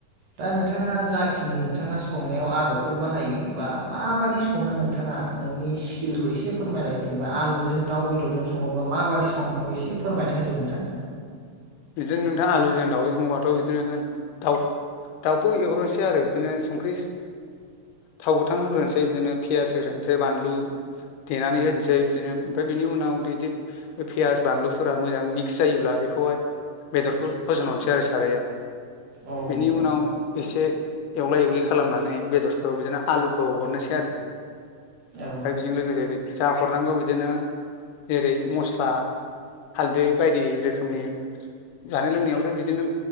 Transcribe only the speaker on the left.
बिदिनो नोंथां आलुजों दाउजों सङोबाथ बिदिनो दाउ दाउखौ एवग्रोनोसै आरो बिदिनो संख्रि थाव गोथां होग्रोनोसै बिदिनो पियास होग्रोनोसै बानलु देनानै होनोसै बिदिनो ओमफ्राय बिनि उनाव बिदि पियास बानलुफोरा मोजां मिक्स जायोब्ला बेखौहाय बेदरखौ फजनहरनोसै आरो सारयाव
बेनि
उनाव एसे एवला एवलि खालामनानै बेदरखौ बिदिनो आलुखौ हरनोसै आरो ओमफ्राय
बेजों लोगोसे जा हरनांगौ बिदिनो जेरै मस्ला हालदै बायदि रोखोमनि जानाय लोंनायावथ बिदिनो